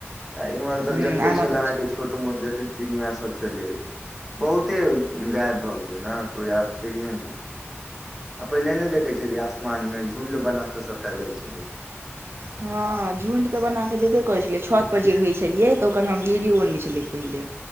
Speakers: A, in the centre; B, on the right.
A: आ इम्हर तऽ
B: हूँ
A: जते
B: आमक
A: छले
B: गाछी
A: अहाँकेँ छोट मोट ज तेक चिड़िया सब छलै बहुते गायब भऽ गेलै नऽ कोई आब छैहिए नय आ पहिले नय देखै छलियै आसमानमे झुण्ड बना कऽ सभटा जाइ छलै
B: हँ झुण्ड तऽ बना कऽ जेबे करै छलै छत पर जे रहै छलियै तऽ ओकर हम वीडियो बनबे छलियै पहिले